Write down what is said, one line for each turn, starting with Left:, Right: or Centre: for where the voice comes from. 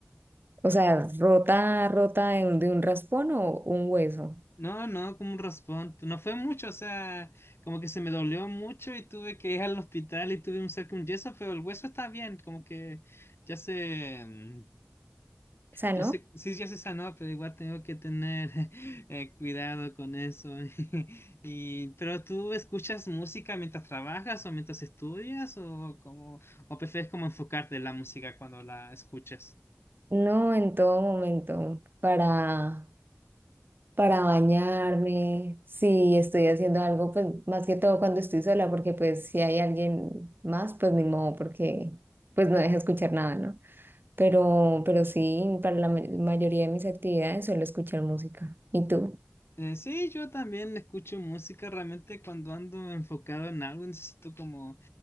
Right: O sea, rota, rota de un, de un raspón o un hueso.
Left: No, no, como un raspón, no fue mucho, o sea, como que se me dolió mucho y tuve que ir al hospital y tuve un cerco, un yeso, pero el hueso está bien, como que ya se, mm,
Right: O sea,
Left: Yo
Right: no,
Left: sé, sí, ya se sanó, pero igual tengo que tener <laughs> eh, cuidado con eso. <laughs> Y, pero ¿tú escuchas música mientras trabajas o mientras estudias o como o prefieres como enfocarte en la música cuando la escuchas?
Right: no en todo momento para para bañarme, si estoy haciendo algo, pues más que todo cuando estoy sola, porque pues si hay alguien más, pues ni modo, porque pues no deja escuchar nada, ¿no? Pero, pero sí, para la ma- mayoría de mis actividades suelo escuchar música. ¿Y tú?
Left: Eh, sí, yo también escucho música realmente cuando ando enfocado en algo, necesito como,